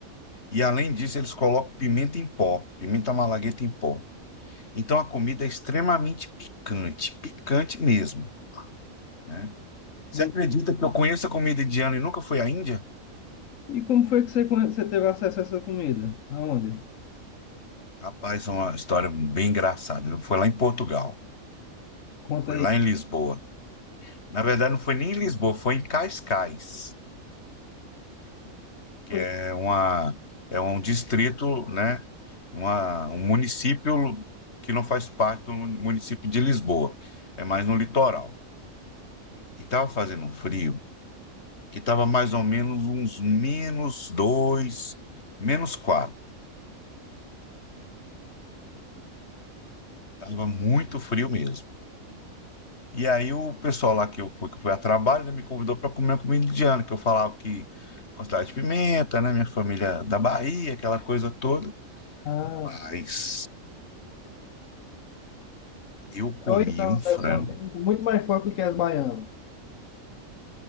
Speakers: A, on the left (about 50°); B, on the left (about 70°).
A: E além disso, eles colocam pimenta em pó, pimenta malagueta em pó. Então a comida é extremamente picante, picante mesmo, né? Você
B: Hum.
A: acredita que eu conheço a comida indiana e nunca fui à Índia?
B: E como foi que você, conhe- você teve acesso a essa comida? Aonde?
A: Rapaz, é uma história bem engraçada. Eu fui lá em Portugal,
B: Conta
A: foi
B: aí.
A: lá em Lisboa. Na verdade, não foi nem em Lisboa, foi em Cascais, que
B: Foi
A: é uma é um distrito, né? Uma, um município que não faz parte do município de Lisboa, é mais no litoral. E estava fazendo um frio que estava mais ou menos uns menos dois, menos quatro. Tava muito frio mesmo. E aí o pessoal lá que eu fui, que eu fui a trabalho, né, me convidou para comer uma comida indiana, que eu falava que gostava de pimenta, né? Minha família da Bahia, aquela coisa toda.
B: Ah,
A: Rapaz, eu comi
B: ou então,
A: um
B: deve
A: frango.
B: ser uma pimenta muito mais forte do que as baianas.